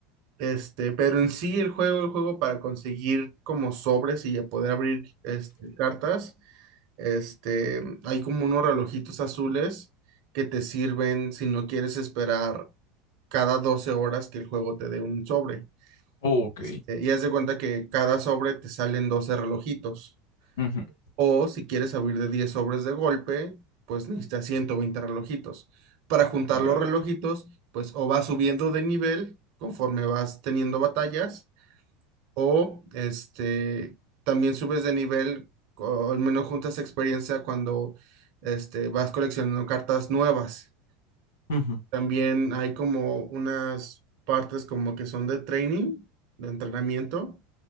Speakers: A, on the right (about 60°); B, on the left (about 70°).
A: Este, pero en sí el juego, el juego para conseguir como sobres y a poder abrir este, cartas. Este, hay como unos relojitos azules que te sirven si no quieres esperar cada 12 horas que el juego te dé un sobre.
B: Ok.
A: Este, y haz de cuenta que cada sobre te salen 12 relojitos.
B: Ujú.
A: O si quieres abrir de 10 sobres de golpe, pues necesitas 120 relojitos. Para juntar
B: Claro.
A: los relojitos, pues o vas subiendo de nivel conforme vas teniendo batallas, o este, también subes de nivel, o al menos juntas experiencia cuando este, vas coleccionando cartas nuevas.
B: Ujú,
A: También hay como unas partes como que son de training, de entrenamiento,